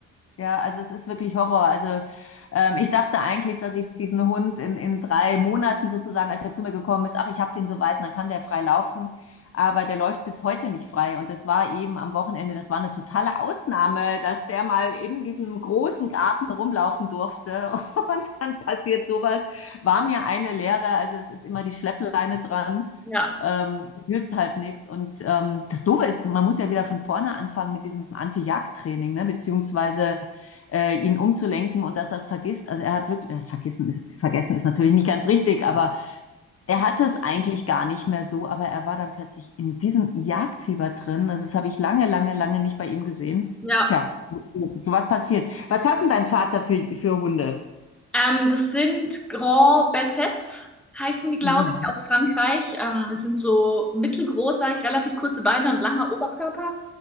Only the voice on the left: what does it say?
Ja, also es ist wirklich Horror. Also ähm, ich dachte eigentlich, dass ich diesen Hund in, in drei Monaten sozusagen, als er zu mir gekommen ist, ach, ich habe den so weit, dann kann der frei laufen. Aber der läuft bis heute nicht frei. Und das war eben am Wochenende, das war eine totale Ausnahme, dass der mal in diesem großen Garten rumlaufen durfte. <laughs> Und dann passiert sowas. War mir eine Lehre. Also es ist immer die Schleppleine dran.
Ähm, es hilft halt nichts. Und ähm, das Doofe ist, man muss ja wieder von vorne anfangen mit diesem Anti-Jagd-Training, ne? Beziehungsweise äh, ihn umzulenken und dass er es vergisst. Also er hat wirklich, äh, vergessen, ist, vergessen ist natürlich nicht ganz richtig, aber er hatte es eigentlich gar nicht mehr so, aber er war dann plötzlich in diesem Jagdfieber drin. Also das habe ich lange, lange, lange nicht bei ihm gesehen.
Tja, so, so so was passiert. Was hat denn dein Vater für, für Hunde?
Ja.